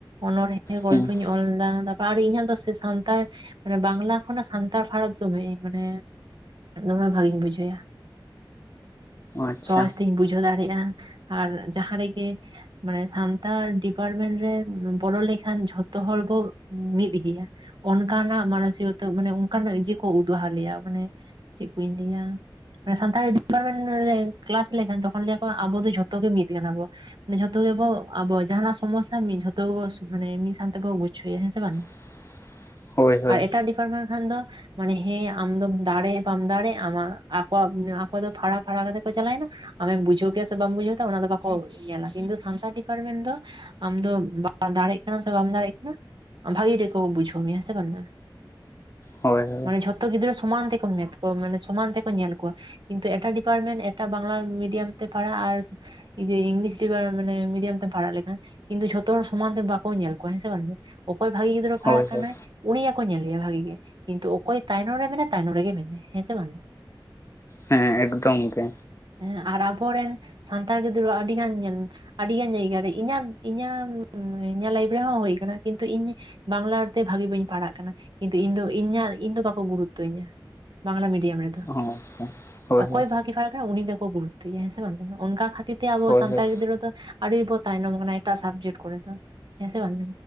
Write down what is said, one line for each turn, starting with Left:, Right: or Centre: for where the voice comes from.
Right: ᱚᱱᱚᱬᱦᱮ
Left: ᱦᱩᱸ
Right: ᱜᱚᱞᱯᱚᱧ ᱚᱞ ᱞᱮᱫᱟ ᱛᱟᱯᱚᱨ ᱟᱨ ᱤᱧᱟᱹᱜ ᱫᱚ ᱥᱟᱱᱛᱟᱲ ᱢᱟᱱᱮ ᱵᱟᱝᱞᱟ ᱠᱷᱚᱱᱟᱜ ᱥᱟᱱᱛᱟᱲ ᱯᱷᱟᱨᱟᱛ ᱫᱚᱢᱮ ᱢᱟᱱᱮ ᱫᱚᱢᱮ ᱵᱷᱟᱜᱤᱧ ᱵᱩᱡᱷᱟᱹᱭᱟ᱾
Left: ᱟᱪᱪᱷᱟ
Right: ᱥᱚᱦᱚᱡ ᱛᱤᱧ ᱵᱩᱡᱷᱟᱹᱣ ᱫᱟᱲᱮᱭᱟᱜᱼᱟ ᱟᱨ ᱡᱟᱦᱟᱸ ᱨᱮᱜᱮ ᱢᱟᱱᱮ ᱥᱟᱱᱛᱟᱲ ᱰᱤᱯᱟᱨᱢᱮᱱᱴ ᱨᱮ ᱵᱚᱞᱚ ᱞᱮᱠᱷᱟᱱ ᱡᱷᱚᱛᱚ ᱦᱚᱲ ᱵᱚ ᱢᱤᱫ ᱜᱮᱭᱟ᱾ ᱚᱱᱠᱟᱱᱟᱜ ᱢᱟᱱᱚᱥᱤᱠᱚᱛᱟ ᱢᱟᱱᱮ ᱚᱱᱠᱟᱱᱟᱜ ᱤᱭᱟᱹ ᱠᱚ ᱩᱫᱩᱦᱟ ᱞᱮᱭᱟ ᱢᱟᱱᱮ ᱪᱮᱫ ᱠᱩᱧ ᱞᱟᱹᱭᱟ ᱥᱟᱱᱛᱟᱲᱤ ᱰᱤᱯᱟᱨᱢᱮᱱᱴ ᱨᱮ ᱠᱞᱟᱥ ᱞᱮᱠᱷᱟᱱ ᱛᱚᱠᱷᱚᱱ ᱞᱟᱹᱭᱟ ᱠᱚ ᱟᱵᱚ ᱡᱷᱚᱛᱚ ᱜᱮ ᱢᱤᱫ ᱠᱟᱱᱟ ᱟᱵᱚ᱾ ᱢᱟᱱᱮ ᱡᱷᱚᱛᱚ ᱜᱮᱵᱚ ᱟᱵᱚ ᱡᱟᱦᱟᱱᱟᱜ ᱥᱚᱢᱚᱥᱥᱟ ᱢᱤᱫ ᱡᱷᱚᱛᱚ ᱜᱮ ᱢᱟᱱᱮ ᱢᱤᱫ ᱥᱟᱶ ᱛᱮ ᱵᱚ ᱜᱩᱪᱷᱩᱭᱭᱟ ᱦᱮᱸ ᱥᱮ ᱵᱟᱝ᱾
Left: <inaudible> ᱦᱳᱭ ᱦᱳᱭ
Right: ᱟᱨ ᱮᱴᱟᱜ ᱰᱤᱯᱟᱨᱢᱮᱱᱴ ᱠᱷᱟᱱ ᱫᱚ ᱢᱟᱱᱮ ᱦᱮᱸ ᱟᱢ ᱫᱚ ᱫᱟᱲᱮ ᱵᱟᱢ ᱫᱟᱲᱮᱜ ᱟᱢᱟᱜ ᱟᱠᱚᱣᱟᱜ ᱟᱠᱚ ᱫᱚ ᱯᱷᱟᱲᱟ ᱯᱷᱟᱲᱟ ᱠᱟᱛᱮ ᱠᱚ ᱪᱟᱞᱟᱣᱮᱱᱟ ᱟᱢᱮᱢ ᱵᱩᱡᱷᱟᱹᱣ ᱠᱮᱭᱟ ᱥᱮ ᱵᱟᱢ ᱵᱩᱡᱷᱟᱹᱣ ᱠᱮᱫᱟ ᱚᱱᱟ ᱫᱚ ᱵᱟᱠᱚ ᱧᱮᱞᱟ ᱠᱤᱱᱛᱩ ᱥᱟᱱᱛᱟᱲ ᱰᱤᱯᱟᱨᱴᱢᱮᱱᱴ ᱫᱚ ᱟᱢ ᱫᱚ ᱵᱟ ᱫᱟᱲᱮᱜ ᱠᱟᱱᱟᱢ ᱥᱮ ᱵᱟᱢ ᱫᱟᱲᱮᱜ ᱠᱟᱱᱟ ᱵᱷᱟᱜᱤ ᱜᱮᱠᱚ ᱵᱩᱡᱷᱟᱹᱣ ᱢᱮᱭᱟ ᱦᱮᱸ ᱥᱮ ᱵᱟᱝ ᱢᱟ
Left: ᱦᱳᱭ ᱦᱳᱭ
Right: ᱢᱟᱱᱮ ᱡᱷᱚᱛᱚ ᱜᱤᱫᱽᱨᱟᱹ ᱥᱚᱢᱟᱱ ᱛᱮᱠᱚ ᱢᱮᱛ ᱠᱚᱣᱟ ᱢᱟᱱᱮ ᱥᱚᱢᱟᱱ ᱛᱮᱠᱚ ᱧᱮᱞ ᱠᱚᱣᱟ᱾ ᱠᱤᱱᱛᱩ ᱮᱴᱟᱜ ᱰᱤᱯᱟᱨᱴᱢᱮᱱᱴ ᱮᱴᱟᱜ ᱵᱟᱝᱞᱟ ᱢᱤᱰᱤᱭᱟᱢ ᱛᱮ ᱯᱟᱲᱦᱟᱜ ᱟᱨ ᱡᱮ ᱤᱝᱞᱤᱥ ᱰᱤᱯᱟ ᱢᱟᱱᱮ ᱢᱤᱰᱤᱭᱟᱢ ᱛᱮᱢ ᱯᱟᱲᱦᱟᱜ ᱞᱮᱠᱷᱟᱱ ᱠᱤᱱᱛᱩ ᱡᱷᱚᱛᱚ ᱦᱚᱲ ᱥᱚᱢᱟᱱ ᱛᱮ ᱵᱟᱠᱚ ᱧᱮᱞ ᱠᱚᱣᱟ ᱦᱮᱸ ᱥᱮ ᱵᱟᱝ ᱜᱮ ᱚᱠᱚᱭ ᱵᱷᱟᱜᱤ ᱜᱤᱫᱽᱨᱟᱹ
Left: ᱦᱳᱭ
Right: ᱯᱟᱲᱦᱟᱜ ᱠᱟᱱᱟᱭ
Left: ᱦᱳᱭ
Right: ᱩᱱᱤᱭᱟᱜ ᱠᱚ ᱧᱮᱞᱮᱭᱟ ᱵᱷᱟᱜᱤ ᱜᱮ᱾ ᱠᱤᱱᱛᱩ ᱚᱠᱚᱭ ᱛᱟᱭᱱᱚᱢ ᱨᱮ ᱢᱮᱱᱟᱭ ᱛᱟᱭᱱᱚᱢ ᱨᱮ ᱜᱮ ᱢᱮᱱᱟᱭ ᱦᱮᱸ ᱥᱮ ᱵᱟᱝ
Left: ᱦᱮᱸ ᱮᱠᱫᱚᱢ ᱜᱮ᱾
Right: ᱦᱮᱸ ᱟᱨ ᱟᱵᱚᱨᱮᱱ ᱥᱟᱱᱛᱟᱲ ᱜᱤᱫᱽᱨᱟᱹᱣᱟᱜ ᱟᱹᱰᱤ ᱜᱟᱱ ᱧᱮ ᱟᱹᱰᱤᱜᱟᱱ ᱡᱟᱭᱜᱟ ᱨᱮ ᱤᱧᱟᱹᱜ ᱤᱧᱟᱹᱜ ᱞᱟᱭᱤᱯᱷ ᱨᱮᱦᱚᱸ ᱦᱩᱭ ᱟᱠᱟᱱᱟ ᱠᱤᱱᱛᱩ ᱤᱧ ᱵᱟᱝᱞᱟ ᱛᱮ ᱵᱷᱟᱹᱜᱤ ᱵᱟᱹᱧ ᱯᱟᱲᱦᱟᱜ ᱠᱟᱱᱟ ᱠᱤᱱ ᱛᱩ ᱤᱧ ᱫᱚ ᱤᱧᱟᱜ ᱤᱧ ᱫᱚ ᱵᱟᱠᱚ ᱜᱩᱨᱩᱛᱛᱚ ᱤᱧᱟ ᱵᱟᱝᱞᱟ ᱢᱤᱰᱤᱭᱟᱢ ᱨᱮ ᱫᱚ,
Left: ᱚ ᱟᱪᱪᱷᱟ ᱦᱳᱭ
Right: ᱚᱠᱚᱭ
Left: ᱦᱳᱭ
Right: ᱵᱷᱟᱜᱤ ᱯᱷᱟᱨᱟᱜ ᱠᱟᱱᱟ ᱩᱱᱤ ᱫᱚᱠᱚ ᱜᱩᱨᱩᱛ ᱛᱚᱭᱟ ᱦᱮᱸ ᱥᱮ ᱵᱟᱝ ᱚᱱᱠᱟ ᱠᱷᱟᱹᱛᱤᱨ ᱛᱮ ᱟᱵᱚ
Left: ᱦᱳᱭ
Right: ᱥᱟᱱᱛᱟᱲ
Left: ᱦᱳᱭ
Right: ᱜᱤᱫᱽᱨᱟᱹ ᱫᱚ ᱟᱹᱰᱤᱵᱚ ᱛᱟᱭᱱᱚᱢ ᱟᱠᱟᱱᱟ ᱮᱴᱟᱜ ᱥᱟᱵᱡᱮᱴ ᱠᱚᱨᱮ ᱫᱚ ᱦᱮᱸᱥ ᱵᱟᱝ